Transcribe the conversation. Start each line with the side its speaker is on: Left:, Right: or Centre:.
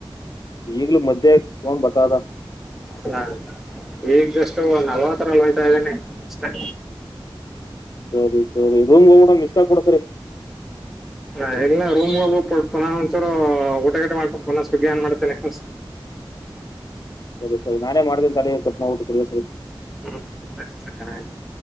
Left: ಈಗ್ಲು ಮಧ್ಯೆ ಸೌಂಡ್ ಬತ್ತಾದ.
Centre: ಹೌದ ಇಗ್ ಜಸ್ಟ್ ತ್ತು ನಲ್ವತ್ತರಲ್ ಹೋಯ್ತಾ ಇದೀನಿ. ಅಚ್ದೆ.
Left: ಸರಿ ಸರಿ ರೂಮ್ಗ್ ಹೋಗ್ಬಿಟ್ ಒಂದ್ ಮಿಸ್ಕಾಲ್ ಕೋಡು ಒನ್ಸರಿ.
Centre: ಹ ಎಲ್ಲ ರೂಮ್ ಹೋಗ ಪುನ ಒಂದಂಚೂರು ಊಟ ಗೆಟ ಮಾಡ್ಕೊಂಡು ಪುನ ಸ್ವಗ್ಗಿ ಅನ್ ಮಾಡ್ತಿನಿ.
Left: ಸರಿ ಸರಿ ನಾನೇ ಮಾಡ್ತೀನ್ ತಡಿ ಕಟ್ ಮಾಡ್ಬಿಟ್ಟು ತಿರ್ಗೆ ಒನ್ಸರಿ.
Centre: ಸರಿ ಸರಿ ಆಯ್ತು